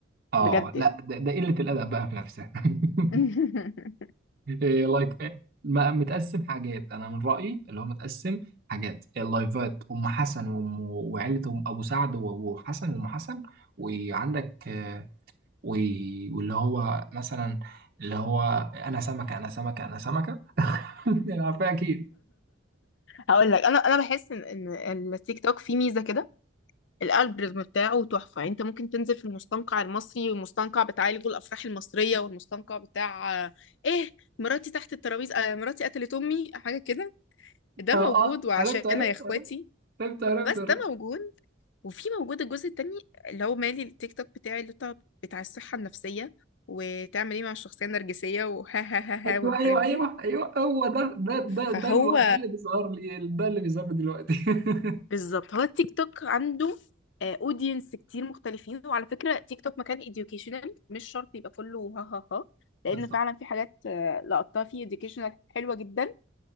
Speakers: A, on the right; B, on the left.
A: اه
B: بجد
A: لا
B: يعني
A: ده, ده قله الادب بقى في نفسها <laughs>
B: <laughs>
A: إيه لايك ما متقسم حاجات انا من رايي اللي هو متقسم حاجات اللايفات ام حسن وام وعيله ام ابو سعد و- وحسن وام حسن وعندك آه، و- واللي هو مثلا اللي هو انا سمكه انا سمكه انا سمكه <laughs> عارفها اكيد
B: هقول لك انا انا بحس ان ان التيك توك فيه ميزه كده الالجوريزم بتاعه تحفة يعني انت ممكن تنزل في المستنقع المصري والمستنقع بتاع الجو الافراح المصرية والمستنقع بتاع آه، ايه مراتي تحت الترابيزة آه، مراتي قتلت امي حاجة كده ده
A: اه
B: موجود
A: اه
B: وعشانها
A: عرفت عرفت
B: يا اخواتي
A: عرفت عرفت
B: بس
A: عرفت
B: ده موجود وفي موجود الجزء التاني اللي هو مالي التيك توك بتاعي اللي بتاع بتاع الصحة النفسية وتعمل ايه مع الشخصية النرجسية وها ها ها
A: ايوه
B: ها والحاجات
A: ايوه
B: دي
A: ايوه ايوه هو ده ده ده
B: فهو
A: ده الو... ده اللي بيظهر لي ده اللي بيظهر لي دلوقتي <laughs>
B: بالظبط هو التيك توك عنده اودينس كتير مختلفين وعلى فكره تيك توك مكان educational مش شرط يبقى كله ها ها ها لان
A: بالظبط
B: فعلا في حاجات آه، لقطتها فيه educational حلوه جدا